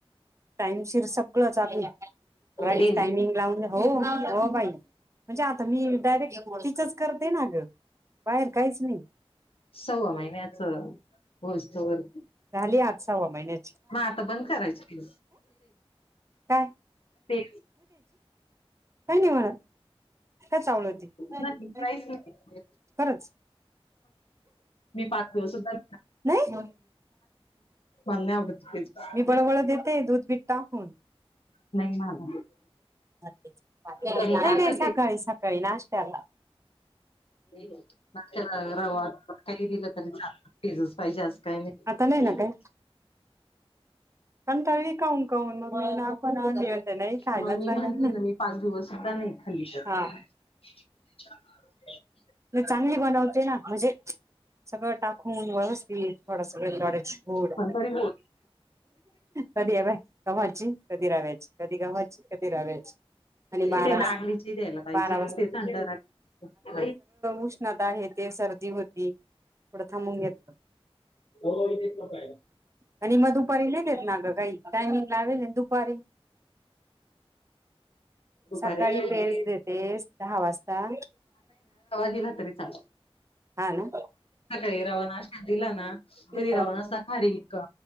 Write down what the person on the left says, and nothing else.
तेच
सव्वा महिन्याच होऊस तवर
म आता बंद करायची.
ते
नाही
काहीच नाही.
मी पाच दिवस सुद्धा
बां नाही आवडत. तेच.
नाही मला
त्यांनी टाकत
त्याला रवा काही दिलं तरी चालत पेज च पाहिजे अस काही नाही.
मग मी म्हणतो
ना मी पाच दिवसता खाली <unintelligible>
पण तरी बोल
ती नागलीची द्यायला पाहिजे
ते थंड राहत.
हो इथेच कायला
दुपारी
गेला तरी चाल
सकाळी रवा नाश्त्याला दिला ना तरी
रवा अस खारीक अ